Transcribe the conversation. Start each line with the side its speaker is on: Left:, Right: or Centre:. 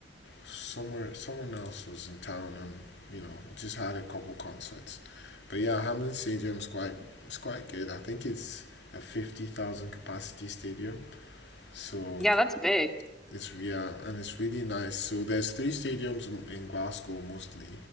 Left: somewhere someone else was in town, and you know just had a couple concerts. But yeah, Hamden Stadium's quite it's quite good. I think it's a fifty thousand capacity stadium, so
Centre: Yeah, that's big.
Left: it's yeah, and it's really nice. So there's three stadiums m- in Glasgow mostly.